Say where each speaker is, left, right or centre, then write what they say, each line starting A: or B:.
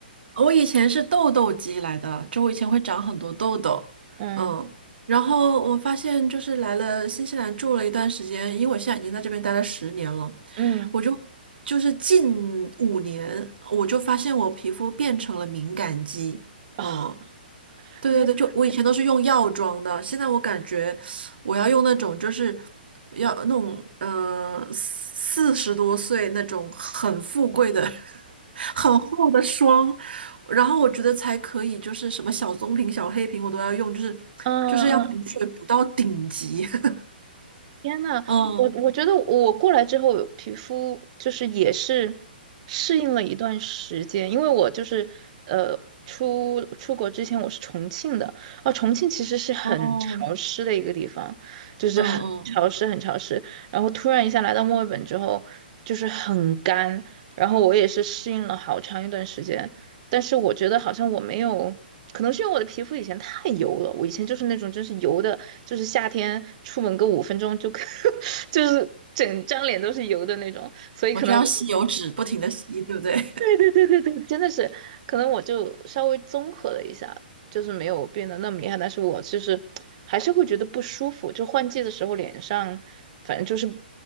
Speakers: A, on the right (about 70°); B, on the right (about 45°).
A: 我以前是痘痘肌来的，就我以前会长很多痘痘，
B: 嗯
A: 嗯。然后我发现就是来了新西兰住了一段时间，因为我现在已经在这边待了十年了，
B: 嗯
A: 我就就是近五年我就发现我皮肤变成了敏感肌。
B: 啊，
A: 嗯，对对对，
B: 原
A: 就我以前都是用药妆的，现在我感觉我要用那种就是要那种呃四十多岁那种很富贵的、<laughs> 很厚的霜，然后我觉得才可以，就是什么小棕瓶、小黑瓶我都要用，就是就是要补水补到顶级。
B: 嗯嗯
A: <laughs>
B: 天呐，
A: 嗯
B: 我我觉得我过来之后，皮肤就是也是适应了一段时间，因为我就是呃出出国之前我是重庆的，啊，重庆其实是很潮湿的一个地方，
A: 嗯
B: 就是很潮湿很潮湿，
A: 嗯嗯，
B: 然后突然一下来到墨尔本之后，就是很干，然后我也是适应了好长一段时间，但是我觉得好像我没有，可能是因为我的皮肤以前太油了，我以前就是那种真是油的，就是夏天出门个五分钟就 <laughs> 就是整张脸都是油的那种，所以可能我就
A: 我就要吸油纸不停的吸，对不对？
B: 对对对对对，真的是，可能我就稍微综合了一下，就是没有变得那么厉害，但是我就是还是会觉得不舒服，就换季的时候脸上反正就是